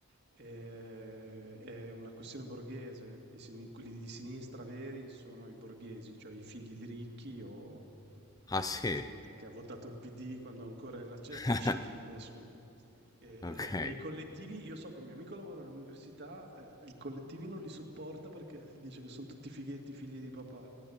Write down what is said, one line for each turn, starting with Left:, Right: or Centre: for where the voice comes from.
Right: eh, è una questione borghese. I sini- quelli di sinistra veri sono i borghesi, cioè i figli di ricchi o
Left: ah, sì.
Right: gente che ha votato il PD quando ancora era c-
Left: <laughs>
Right: PC. adesso eh,
Left: Ok.
Right: nei collettivi, io so che un mio amico lavora all'università, eh, i collettivi non li sopporta perché dice che sono tutti fighetti, figli di papà.